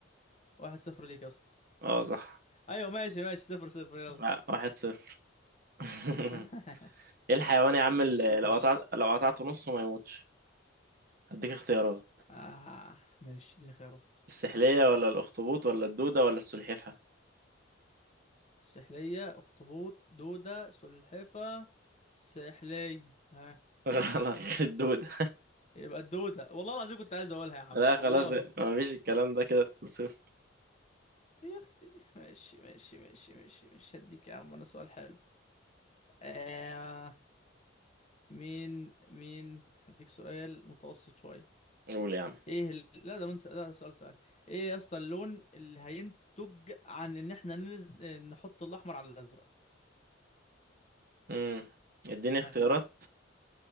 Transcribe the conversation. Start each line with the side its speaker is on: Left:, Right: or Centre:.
Left: واحد صفر ليك يا اسطى
Right: اه صح
Left: ايوه ماشي ماشي صفر صفر يلا
Right: لا واحد صفر <laughs>
Left: <laughs>
Right: ايه الحيوان يا عم
Left: ماشي
Right: اللي
Left: خش
Right: لو قطعت لو قطعته نصه ما يموتش هديك اختيارات
Left: آه ماشي اديني خيارات
Right: السحلية ولا الاخطبوط ولا الدودة ولا السلحفة
Left: السحلية اخطبوط دودة سلحفة سحلية ها
Right: <laughs> غلط الدودة
Left: يبقى الدودة والله العظيم كنت عايز اقولها يا عم
Right: لا
Left: والله
Right: خلاص ما فيش الكلام ده كده صفر
Left: يا اختي ماشي ماشي ماشي ماشي مش هديك يا عم انا سؤال حلو آه مين مين هديك سؤال متوسط شوية
Right: قول يا عم
Left: ايه ال... لا ده لون س... لا ده سؤال سؤال ايه يا اسطى اللون اللي هينتج عن ان احنا ننز... نحط الاحمر على الازرق
Right: امم اديني
Left: ها
Right: اختيارات